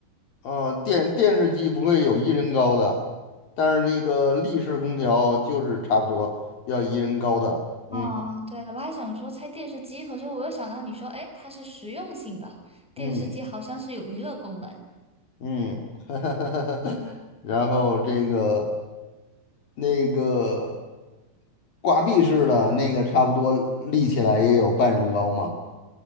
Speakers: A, on the left (about 55°); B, in the centre.
A: 呃，电电视机不会有一人高的，但是那个立式空调就是差不多要一人高的，嗯
B: 啊，对啊，我还想说拆电视机，可是我又想到你说，哎，它是实用性的，电视机好像是有娱乐功能。
A: 嗯嗯，<laughs> 然后这个那个挂壁式的那个差不多立起来也有半人高嘛，